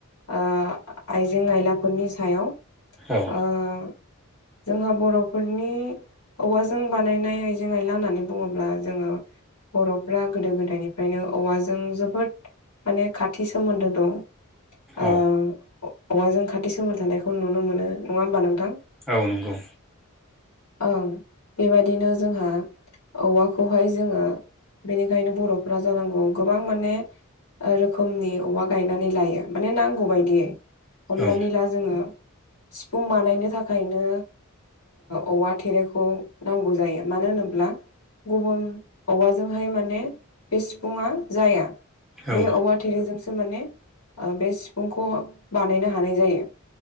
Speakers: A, on the left; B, in the centre.
A: ओ आइजें आयलाफोरनि सायाव ओ
B: औ
A: आ जोंहा बर'फोरनि औवाजों बानायनाय आइजें आयला होन्नानै बुङोब्ला जोङो ओ बर'फ्रा गोदो गोदायनिफ्रायनो औवाजों जोबोद माने खाथि सोमोन्दो दं। ओ
B: औ
A: औवाजों खाथि सोमोन्दो थानायखौ नुनो मोनो नङा होमबा नोंथां?
B: औ नंगौ।
A: ओं बेबादिनो जोंहा औवाखौहाय जोङो बेनिखायनो बर'फोरा जानांगौ गोबां माने ओ रोखोमनि औवा गायनानै लायो माने नांगौ बादियै हमनानै
B: औ
A: ला जोङो सिफुं बानायनो थाखायनो औवा थेरेखौ नांगौ जायो मानो होनोब्ला गुबुन औवाजोंहाय माने बे सिफुङा जाया
B: औ
A: बे औवा थेरे थोरिजोंसो माने ओ बे सिफुंखौ बानायनो हानाय जायो।